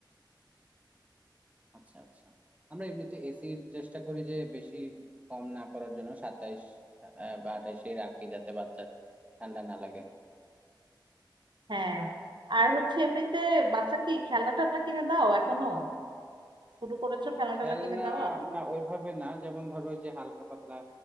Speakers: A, on the right (about 15°); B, on the right (about 65°).
A: আচ্ছা আচ্ছা আমরা এমনিতে এসি চেষ্টা করি যে বেশি কম না করার জন্য সাতাইশ আহ, বা আঠাইশে রাখি যাতে বাচ্চার ঠান্ডা না লাগে
B: হ্যাঁ আর হচ্ছে এমনিতে বাচ্চা কি খেলনা টেলনা কিনে দাও এখনো শুরু করেছো খেলনা
A: খেলনা
B: টেলনা কিনে দেওয়া
A: না ওইভাবে না যেমন ধরো ওই যে হালকা পাতলা